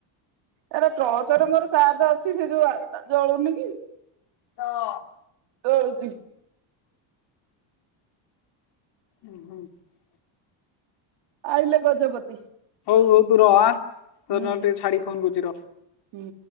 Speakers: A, on the right; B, on the left.
A: ଆରେ ଟ୍ରଚରେ ମୋର ଚାର୍ଜ ଅଛି, ସେ ଯୋଉ ଆରଟା ଜଳୁନି କି?
B: ହଁ
A: ଜଳୁଛି।
B: ଓ ହୋ <inaudible>
A: ଆଇଲେ ଗଜପତି
B: ତୁ ବୋଉ ତୁ ରହ ଆଁ ତତେ
A: ହୁଁ
B: ନହେଲେ ଟିକେ ଛାଡିକ କଲ କରୁଛି ରହ
A: ହୁଁ